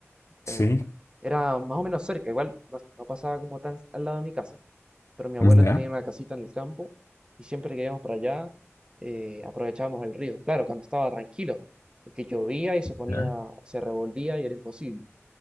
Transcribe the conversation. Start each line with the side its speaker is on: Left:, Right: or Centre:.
Left: Sí,
Right: Eh, era más o menos cerca, igual no, no pasaba como tan al lado de mi casa, pero mi abuela
Left: ya.
Right: tenía una casita en el campo y siempre que íbamos para allá eh, aprovechábamos el río. Claro, cuando estaba tranquilo, porque llovía y se ponía,
Left: ¿Ya?
Right: se revolvía y era imposible.